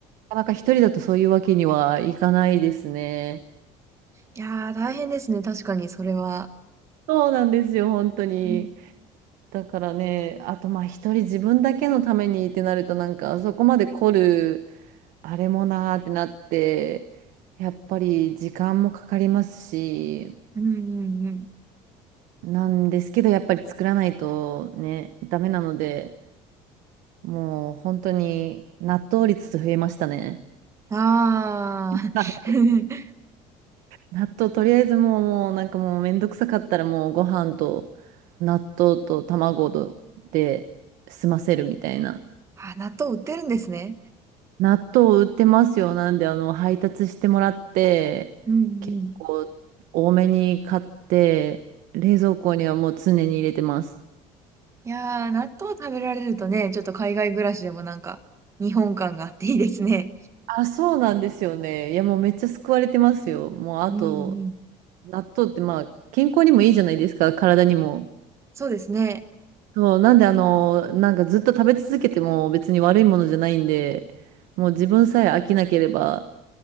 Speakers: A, on the right; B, on the right.
A: なかなか一人だとそういうわけにはいかないですね。
B: いやー、大変ですね。確かに、それは。
A: そうなんですよ、本当に。
B: うん、
A: だからね、あとまあ一人自分だけのためにってなるとなんかそこまで凝るあれもなーってなって、やっぱり時間もかかりますし、
B: うん、うんうん。
A: なんですけどやっぱり作らないとね、ダメなので、もう本当に納豆率増えましたね。
B: ああ。
A: <laughs>
B: <laughs>
A: 納豆とりあえずもう、もうなんかもうめんどくさかったらもうご飯と納豆と卵で済ませるみたいな。
B: あ、納豆売ってるんですね。
A: 納豆売ってますよ。なんであの配達してもらって、
B: うん、
A: 結構多めに買って、
B: うん。
A: 冷蔵庫にはもう常に入れてます。
B: いやー、納豆食べられるとね、ちょっと海外暮らしでもなんか、日本感があっていいですね。
A: あ、そうなんですよね。いやもうめっちゃ救われてますよ。もうあと、
B: うん、うん。
A: 納豆ってまあ健康にもいいじゃないですか。体にも。
B: そうですね。
A: そう、なんであの、なんかずっと食べ続けても別に悪いものじゃないんで、もう自分さえ飽きなければ、